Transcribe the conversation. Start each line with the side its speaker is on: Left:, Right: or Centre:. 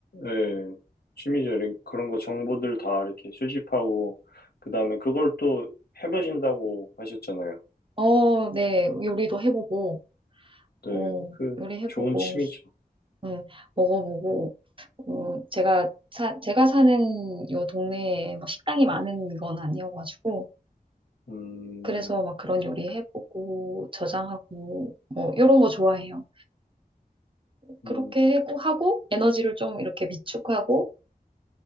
Left: 예, 취미죠. 이런- 그런 거 정보들 다 이렇게 수집하고, 그 다음에 그걸 또 해보신다고 하셨잖아요.
Right: 어, 네, 요리도 해보고,
Left: 네,
Right: 어,
Left: 그,
Right: 요리해보고,
Left: 좋은 취미죠.
Right: 네, 먹어보고,
Left: 음,
Right: 어, 제가, 사, 제가 사는 요 동네에 뭐 식당이 많은 건 아니어가지고,
Left: 음,
Right: 그래서 막 그런 요리 해보고, 저장하고, 뭐, 요런 거 좋아해요. 그렇게
Left: 음,
Right: 하고, 하고 에너지를 좀 이렇게 비축하고,